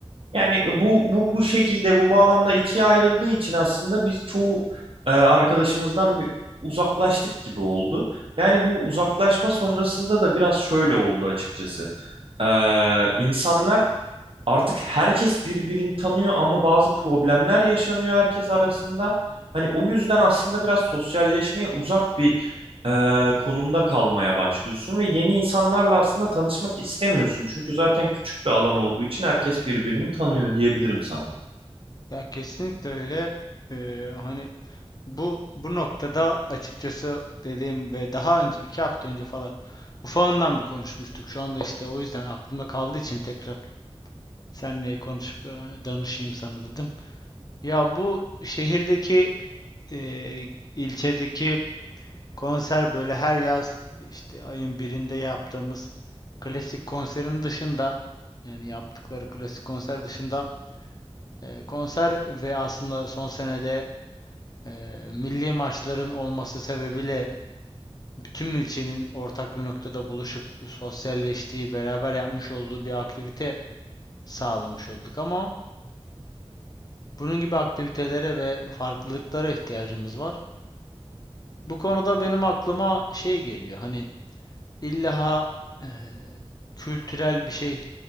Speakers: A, on the right (about 60°); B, on the left (about 40°).
A: Yani bu bu bu şekilde bu bağlamda ikiye ayrıldığı için aslında biz çoğu e, arkadaşımızdan bir uzaklaştık gibi oldu. Yani bu uzaklaşma sonrasında da biraz şöyle oldu açıkçası. E, insanlar Artık herkes birbirini tanıyor ama bazı problemler yaşanıyor herkes arasında. Hani o yüzden aslında biraz sosyalleşmeye uzak bir e, konumda kalmaya başlıyorsun ve yeni insanlarla aslında tanışmak istemiyorsun. Çünkü zaten küçük bir alan olduğu için herkes birbirini tanıyor diyebilirim sana.
B: Ya kesinlikle öyle. Ee, hani bu bu noktada açıkçası dediğim ve daha önce iki hafta önce falan ufağından bir konuşmuştuk. Şu anda işte o yüzden aklımda kaldığı için tekrar seninle konuşup e, danışayım sana dedim. Ya bu şehirdeki e, ilçedeki konser böyle her yaz işte ayın birinde yaptığımız klasik konserin dışında yani yaptıkları klasik konser dışında e, konser ve aslında son senede Eee, milli maçların olması sebebiyle bütün ilçenin ortak bir noktada buluşup sosyalleştiği, beraber yapmış olduğu bir aktivite sağlamış olduk ama bunun gibi aktivitelere ve farklılıklara ihtiyacımız var. Bu konuda benim aklıma şey geliyor. Hani illa eee, kültürel bir şey